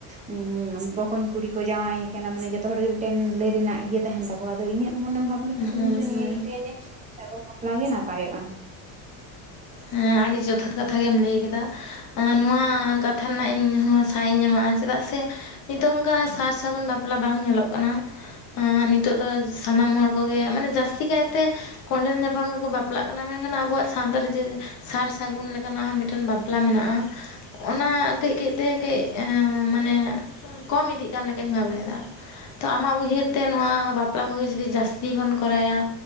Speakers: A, on the right; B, on the left.
A: ᱩᱸ ᱵᱚᱠᱚᱧ ᱠᱩᱲᱤ ᱠᱚ ᱡᱟᱶᱟᱭᱮ ᱠᱟᱱᱟ, ᱢᱟᱱᱮ ᱡᱚᱛᱚ ᱦᱚᱲ ᱜᱮ ᱢᱤᱫᱴᱮᱱ ᱞᱟᱹᱭ ᱨᱮᱱᱟᱜ ᱤᱭᱟᱹ ᱛᱟᱦᱮᱱ ᱛᱟᱠᱚᱣᱟ ᱟᱫᱚ ᱤᱧᱟᱹᱜᱼᱼ ᱢᱚᱱᱳᱵᱷᱟᱵᱽ ᱞᱮᱠᱟ ᱛᱮ
B: ᱦᱮᱸ
A: ᱤᱧ ᱫᱚ ᱱᱤᱭᱟᱹ
B: ᱦᱮᱸ
A: ᱜᱤᱧ ᱞᱟᱹᱭᱟ ᱡᱮ ᱥᱟᱹᱜᱩᱱ ᱵᱟᱯᱞᱟ ᱜᱮ ᱱᱟᱯᱟᱭᱚᱜᱼᱟ ᱾
B: ᱮᱸ ᱟᱰᱤ ᱡᱚᱛᱷᱟᱛ ᱠᱟᱛᱷᱟ ᱜᱮᱢ ᱞᱟᱹᱭ ᱠᱮᱫᱟ ᱾ ᱮᱸ ᱱᱚᱣᱟ ᱠᱟᱛᱷᱟ ᱨᱮᱱᱟᱜ ᱤᱧᱦᱚᱸ ᱥᱟᱭ ᱤᱧ ᱮᱢᱟᱜᱼᱟ, ᱪᱮᱫᱟᱜ ᱥᱮᱼᱼ ᱱᱤᱛᱚᱜ ᱚᱝᱠᱟ ᱥᱟᱨ ᱥᱟᱹᱜᱩᱱ ᱵᱟᱯᱞᱟ ᱵᱟᱝ ᱧᱮᱞᱚᱜ ᱠᱟᱱᱟ ᱾ ᱚᱸ ᱱᱤᱛᱚᱜ ᱫᱚ ᱥᱟᱱᱟᱢ ᱦᱚᱲ ᱠᱚᱜᱮ ᱢᱟᱱᱮ ᱡᱟᱥᱛᱤ ᱠᱟᱭᱛᱮᱼᱼ ᱠᱚᱸᱰᱮᱞ ᱧᱟᱯᱟᱢ ᱜᱮᱠᱚ ᱵᱟᱯᱞᱟᱜ ᱠᱟᱱᱟ, ᱢᱮᱱᱠᱷᱟᱱ ᱟᱵᱚᱣᱟᱜ ᱥᱟᱶᱛᱟ ᱨᱮ ᱡᱮᱼᱼ ᱥᱟᱨ ᱥᱟᱹᱜᱩᱱ ᱞᱮᱠᱟᱱᱟᱜ ᱦᱚᱸ ᱢᱤᱫᱴᱮᱱ ᱵᱟᱯᱞᱟ ᱢᱮᱱᱟᱜᱼᱟ ᱾ ᱚᱱᱟ ᱠᱟᱹᱡ ᱠᱟᱹᱡ ᱛᱮ ᱠᱟᱹᱡ ᱮᱸ ᱢᱟᱱᱮ ᱠᱚᱢ ᱤᱫᱤᱜ ᱠᱟᱱ ᱞᱮᱠᱟᱧ ᱵᱷᱟᱵᱟᱭ ᱫᱟ ᱾ ᱛᱚ ᱟᱢᱟᱜ ᱩᱭᱦᱟᱹᱨ ᱛᱮ ᱱᱚᱣᱟ ᱵᱟᱯᱞᱟ ᱠᱚᱜᱮ ᱡᱩᱫᱤ ᱡᱟᱹᱥᱛᱤ ᱵᱚᱱ ᱠᱚᱨᱟᱭᱟᱼᱼ